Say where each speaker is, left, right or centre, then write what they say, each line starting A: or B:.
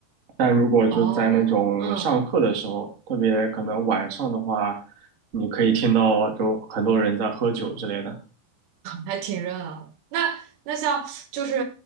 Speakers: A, on the right; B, on the right.
A: 但如果就在那种上课的时候，
B: 哦，嗯。
A: 特别可能晚上的话，你可以听到就很多人在喝酒之类的。
B: 还挺热闹的。那那像就是